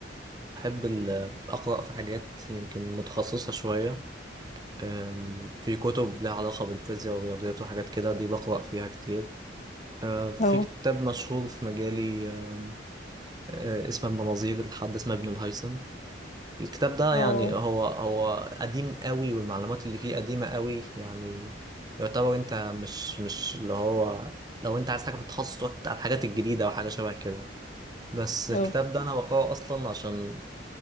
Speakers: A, on the right (about 20°); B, on the left (about 40°).
A: بحب ال- أقرأ في حاجات يمكن متخصصة شوية أم، في كتب لها علاقة بالفيزياء والرياضيات وحاجات كده دي بقرأ فيها كتير أه، في
B: اه
A: كتاب مشهور في مجالي أم، أه، اسمه المناظير لحد اسمه ابن الهيثم الكتاب ده
B: اه
A: يعني هو هو قديم قوي والمعلومات اللي فيه قديمة قوي يعني يعتبر انت مش مش اللي هو لو انت عايز حاجة في التخصص تقعد على الحاجات الجديدة او حاجة شبه كده بس الكتاب
B: اه
A: ده انا بقراه اصلا عشان